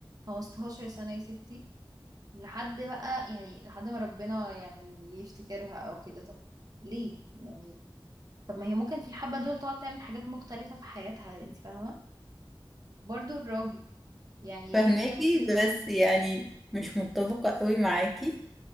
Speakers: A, on the right; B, in the centre.
A: 15 سنة يا ستي لحد بقى يعني لحد ما ربنا يعني يفتكرها او كده طب ليه يعني طب ما هي ممكن في الحبة دول تقعد تعمل حاجات مختلفة في حياتها انت فاهمة برضو الراجل يعني
B: فاهماكي
A: ليه نخلي الراجل
B: بس يعني مش متفقة قوي معاكي